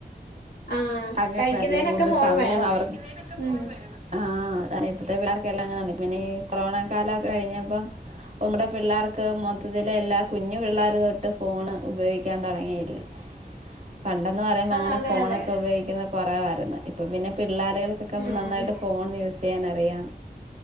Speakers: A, on the left; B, on the right.
A: ആഹ്
B: അങ്ങനല്ലേ
A: കഴിക്കുന്നതിനൊക്കെ
B: കൂടുതൽ
A: ഫോൺ
B: സമയം
A: വേണം
B: അവർക്ക് കഴിക്കുന്നേന് ഒക്കെ
A: ഉം
B: ഫോൺ വേണം ആ അതാണ് ഇപ്പഴത്തെ പിള്ളേർക്കെല്ലാം ആണ് പിന്നെ ഈ കൊറോണ കാലമൊക്കെ കഴിഞ്ഞപ്പം ഒന്നൂടെ പിള്ളേർക്ക് മൊത്ത എല്ലാം കുഞ്ഞു പിള്ളേരു തൊ ഫോണ് ഉപയോഗിക്കാൻ തുടങ്ങിയില്ലേ പണ്ടെന്ന് പറയുമ്പോൾ
A: ആഹ്
B: അങ്ങനെ
A: അതെ
B: ഫോണൊക്കെ
A: അതെ
B: ഉപയോഗിക്കുന്നത് കുറവായിരുന്ന് ഇപ്പ പിന്നെ പിള്ളാറുകൾക്ക് ഒക്കെ
A: ആഹ്
B: നന്നായിട്ട് ഫോൺ യൂസെയ്യാൻ അറിയാം